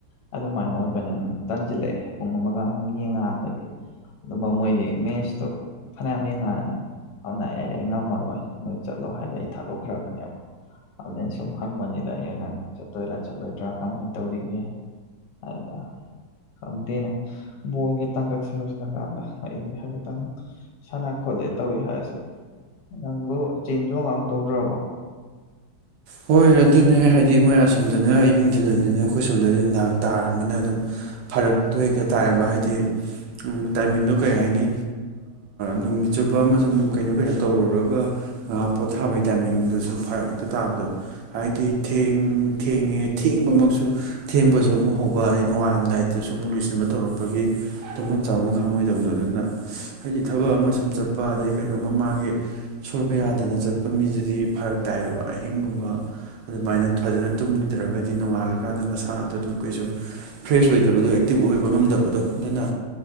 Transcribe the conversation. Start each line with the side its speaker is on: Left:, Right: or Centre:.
Left: ꯑꯗꯨꯃꯥꯏꯅ ꯑꯣꯏꯕꯅꯤꯅ ꯇꯟꯁꯤꯜꯂꯛꯑꯦ ꯄꯨꯡ ꯑꯃꯒ ꯌꯦꯡꯉꯀꯥꯟꯗꯗꯤ ꯑꯗꯨꯝꯕ ꯃꯣꯏꯗꯤ ꯃꯦꯠꯁꯇꯣ ꯐꯅꯌꯥꯝ ꯌꯦꯡꯉꯛꯑꯅꯤ ꯑꯗꯨꯅ ꯑꯦ ꯑꯩ ꯉꯝꯃꯔꯣꯏ ꯅꯣꯏ ꯆꯠꯂꯣ ꯍꯥꯏꯗ ꯑꯩ ꯊꯥꯗꯣꯛꯈ꯭ꯔꯕꯅꯦꯕ ꯑꯗꯨ ꯁꯨꯝ ꯍꯪꯕꯅꯤꯗ ꯑꯩ ꯅꯪ ꯆꯠꯇꯣꯏꯔꯥ ꯆꯠꯂꯣꯏꯗ꯭ꯔꯥ ꯀꯃꯥꯏꯅ ꯇꯧꯔꯤꯒꯦ ꯍꯥꯏꯅ ꯈꯪꯗꯦꯅꯦ ꯕꯣꯜꯒꯤ ꯇꯥꯡꯀꯛꯁꯦ ꯌꯧꯁꯤꯜꯂꯛꯀꯥꯟꯗ ꯑꯩꯗꯤ ꯍꯥꯏꯐꯦꯠꯇꯪ ꯁꯥꯟꯅ ꯈꯣꯠꯂ‌ꯦ ꯇꯧꯑꯩ ꯍꯥꯏꯔꯁꯨ ꯅꯪꯕꯨ ꯆꯦꯟ ꯆꯣꯡ ꯒꯥꯡ ꯃꫭꯛ ꯇꯧꯗ꯭ꯔꯕꯣ꯫
Right: ꯍꯣꯏ ꯑꯗꯨꯅꯦ ꯍꯥꯏꯗꯤ ꯃꯣꯏ ꯑꯁꯣꯝꯗꯅ ꯑꯌꯨꯛ ꯅꯨꯡ ꯊꯤꯜ ꯑꯣꯏꯕꯅꯤꯅ ꯑꯈꯣꯏ ꯁꯣꯝꯗꯗꯤ ꯅꯨꯡꯗꯥꯡ ꯇꯥꯔꯝꯅꯤꯅ ꯑꯗꯨꯝ ꯐꯔꯛꯇꯣ ꯍꯦꯛꯇ ꯇꯥꯏꯌꯦꯕ ꯍꯥꯏꯗꯤ ꯇꯥꯏꯃꯤꯡꯗꯣ ꯀꯩ ꯍꯥꯏꯅꯤ ꯅꯨꯃꯤꯠ ꯆꯨꯞꯕ ꯑꯃꯁꯨꯡ ꯀꯩꯅꯣ ꯀꯩꯅꯣ ꯇꯧꯔꯨꯔꯒ ꯉꯥꯏꯍꯥꯛ ꯄꯣꯊꯥꯕꯩ ꯇꯥꯏꯃꯤꯡꯗꯨꯁꯨ ꯐꯔꯛ ꯍꯦꯛꯇ ꯇꯥꯕꯗꯣ꯫ ꯍꯥꯏꯗꯤ ꯊꯦꯡ ꯊꯦꯡꯉꯦ ꯊꯦꯡꯕꯃꯛꯁꯨ ꯊꯦꯡꯕꯁꯨ ꯑꯃꯨꯛ ꯍꯧꯕ ꯑꯗꯩ ꯅꯣꯡꯉꯥꯏꯜꯂꯝꯝꯗꯥꯏꯗꯁꯨ ꯑꯃꯨꯛ ꯂꯣꯏꯁꯤꯟꯕ ꯇꯧꯔꯛꯄꯒꯤ ꯇꯨꯝꯐꯝ ꯆꯥꯐꯝ ꯈꯪꯉꯣꯏꯗꯧꯕꯗꯣ ꯑꯗꯨꯅ ꯍꯥꯏꯗꯤ ꯊꯕꯛ ꯑꯃ ꯁꯨꯝ ꯆꯠꯄ ꯑꯗꯩ ꯀꯩꯅꯣꯝꯃ ꯃꯥꯒꯤ ꯁꯣꯏꯕ ꯌꯥꯗꯅ ꯆꯠꯄ ꯃꯤꯁꯤꯗꯤ ꯐꯔꯛ ꯇꯥꯏꯑꯦꯕ ꯑꯍꯤꯡ꯫ ꯨꯕ ꯑꯗꯨꯃꯥꯏꯅ ꯐꯖꯅ ꯇꯨꯝꯗ꯭ꯔꯒꯗꯤ ꯅꯣꯡꯉꯥꯜꯂꯀꯥꯟꯗ ꯃꯁꯥꯗꯣ ꯑꯗꯨꯝ ꯀꯩꯁꯨ ꯐ꯭ꯔꯦꯁ ꯑꯣꯏꯗꯕꯗꯣ ꯑꯦꯛꯇꯤꯚ ꯑꯣꯏꯕ ꯉꯝꯗꯕꯗꯣ ꯑꯗꯨꯅ